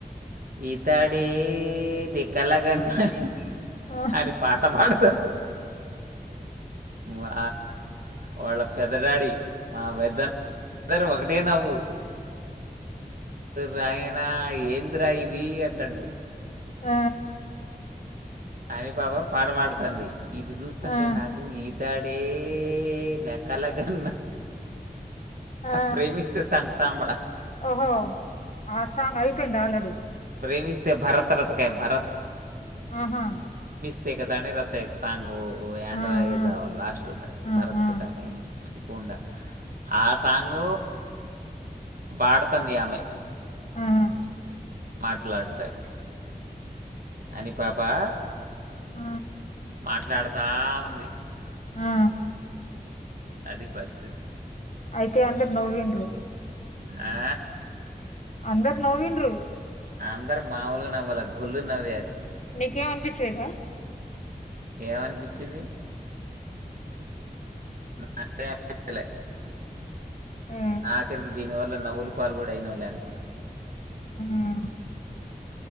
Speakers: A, on the right; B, on the left.
A: ఇతడే నే కలగన్నది.
B: ఉమ్, ఆ ఆ
A: అని పాట పాడ్ మా వాళ్ళ పెద్దడాడి మా పెద్ద అ ఇద్దరు ఒకటే నవ్వు నాయన ఏంది రా ఇది అంటండు
B: ఆ
A: అని పాపం పాట పాడుతంది ఇది చూస్తుంటే
B: ఆ
A: నాకు ఏ ఇతడే నా కలగన్న
B: ఆ
A: ప్రేమిస్తే సాంగ్ సామల
B: ఓహో ఆ సాంగ్ అయిపోయింది ఆల్రెడీ
A: ప్రేమస్తే భరత రసకాయ భరత్
B: ఆహా
A: తె కదండీ రచయిత సాంగూ ఓయండో
B: ఆ
A: ఇగ
B: ఆ
A: సావాలె లాస్టు
B: ఆ ఆ
A: భరత్ కు కాని కూండ ఆ సాంగు పాడతంది ఇగ ఆమె
B: ఉ
A: మాట్లాడుతాయ్ అని పాపా
B: ఆ
A: మాట్లాడుతా ఉంది
B: అ
A: అది పరిస్థితి
B: అయితే అందరు నవిండ్రు
A: ఆ
B: అందర్ నవ్విండ్రు
A: అందరు మామూలు నవ్వాల గుళ్ళు నవ్వారు
B: నీకేమనిపిచేద
A: ఏమనిపిచింది నాకె అనిపితలే
B: హ్మ్
A: ఆఖరికి దీనివల్ల నవ్వులు పాలు కూడా అయినవులే అనుకున్నా
B: అందగాడు